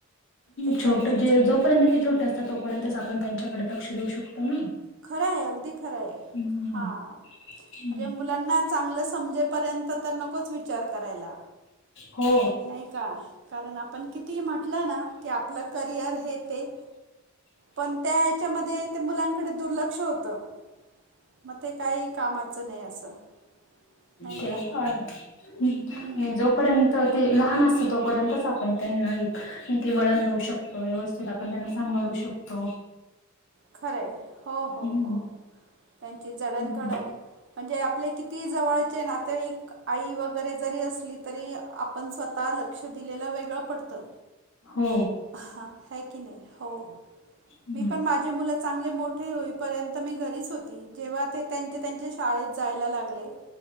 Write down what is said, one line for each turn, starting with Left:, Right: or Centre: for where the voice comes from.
Right: ते
Left: छोट
Right: गरजेचं
Left: जे जो पर्यंत ते छोटे असतात तोपर्यंत आपण त्यांच्याकडे लक्ष देऊ शकतो ना
Right: खरं आहे अगदी खरं आहे
Left: हं,
Right: हा म्हणजे
Left: हं.
Right: मु लाना चांगलं समजेपर्यंत तर नकोच वि चार करायला
Left: हो
Right: नाही का कारण आपण कितीही म्हटलं ना की आपलं करिअर हे ते पण त्या याच्यामध्ये ते मुलांकडे दुर्लक्ष होतं मग ते काही कामाचं नाही असं नाही
Left: ते
Right: का
Left: आणि
Right: हं,
Left: जोप पर्यंत ते लहान असतं तोपर्यंतच आपण त्यांना एक की वळण लाऊ शकतो व्यवस्थित आपण त्यांना सांभाळू शकतो
Right: खरंय हो, हो,
Left: हं.
Right: हो त्यांची जडणघडण
Left: हं,
Right: म्हणजे आपले कि कती जवळचे नातेवाईक आई वगैरे जरी असली तरी आपण स्वतः लक्ष दिलेल वेगळं पडतं
Left: हो
Right: हा हय की नाही हो
Left: हं.
Right: मी पण माझ माझे मुलं चांगले मोठे होईपर्यंत मी घरीच होती जेव्हा ते त्यांचे त्यांच्या शाळेत जायला लागले